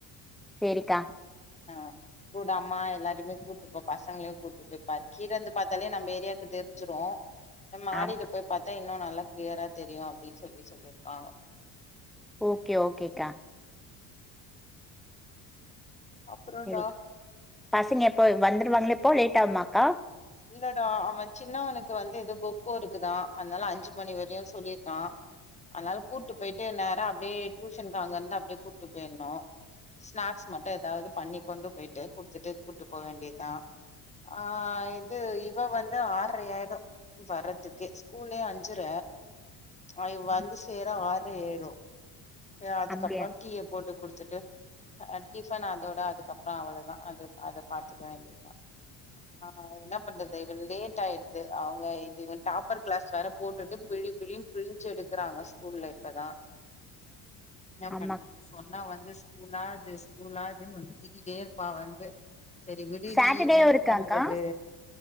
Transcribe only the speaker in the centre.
சேரிக்கா
ஆமா
ஓகே ஓகேக்கா
சேரி பசங்க எப்போ வந்துருவாங்களா இப்போ லேட் ஆகுமாக்கா
அப்படியா
ஆமா
சாட்டர்டே
இருக்காக்கா